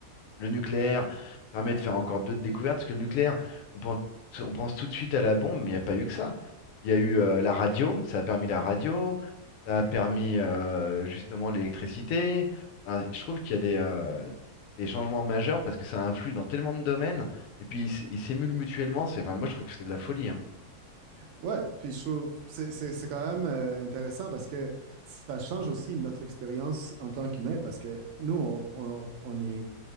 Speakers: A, on the left; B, on the right.
A: Le nucléaire permet de faire encore d'autres découvertes. Parce que le nucléaire, on pense, on pense tout de suite à la bombe, mais il n'y a pas eu que ça. Il y a eu euh, la radio, ça a permis la radio, ça a permis euh, justement l'électricité. Enfin, je trouve qu'il y a des, euh, des changements majeurs parce que ça influe dans tellement de domaines. Et puis, ils s- ils s'émulent mutuellement. C'est, enfin, moi, je trouve que c'est de la folie, hein.
B: Ouais, puis je trouve c'est c'est c'est quand même euh, intéressant parce que ça change aussi notre expérience en tant qu'humain parce que nous on, on- on est